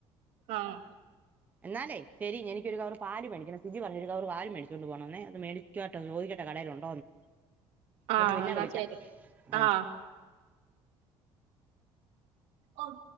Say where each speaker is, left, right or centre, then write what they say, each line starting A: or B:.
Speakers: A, on the right; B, on the right.
A: ആഹ്
B: എന്നാലേ ശെരി എനിക്കൊരുകവറ് പല് മേടികണം സൂചി പറഞ്ഞ് ഒരു കവർ പല് മേടിച്ചോണ്ട് പോണന്ന അത് മേടിക്കോട്ട ചോദിക്കട്ടെ കടേലുണ്ടോന്ന്
A: ആഹ്
B: ന്നിട്ട് പിന്നെ
A: എന്നാ
B: വിളിക്കാ
A: ശരി
B: ആ
A: ആഹ് ഓഹ്